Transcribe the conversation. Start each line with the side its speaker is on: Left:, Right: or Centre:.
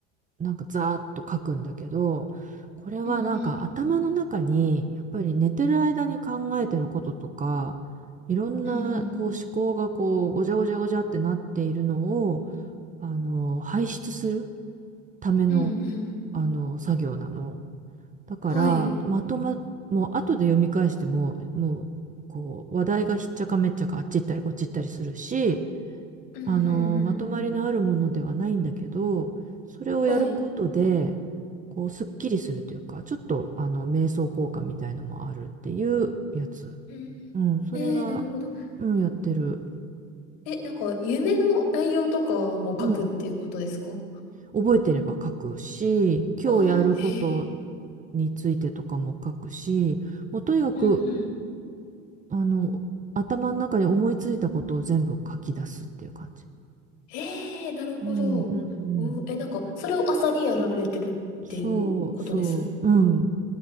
Right: なんかザーッと書くんだけど、これはなんか頭の中に、
Left: うんうん。
Right: やっぱり寝てる間に考えてることとか、いろんなこう思考がこう、
Left: うんうん。
Right: ごちゃごちゃごちゃってなっているのを、あの、排出するための、
Left: うんうん。
Right: あの、作業なの。だから、
Left: はい。
Right: まとま、もう後で読み返しても、もう、こう、話題がひっちゃかめっちゃかあっち行ったりこっち行ったりするし、
Left: うんうんうん。
Right: あの、まとまりのあるものではないんだけど、それをやることで、
Left: はい。
Right: こう、すっきりするというか、ちょっと、あの、瞑想効果みたいのもあるっていうやつ。
Left: うん
Right: うん、それが、
Left: えー、なるほど。
Right: うん、やってる。
Left: え、なんか、夢の内容とかも書くっていうことですか
Right: うん、覚えてれば書くし、今日やること
Left: ああー、へえ。
Right: についてとかも書くし、もうとにかく、
Left: うんうん。
Right: あの、頭の中に思いついたことを全部書き出すっていう感じ。
Left: ええ、なるほど。
Right: うん、うん、うん。
Left: うん、え、なんか、それを朝にやられてるっていうことです
Right: そう、そう、うん、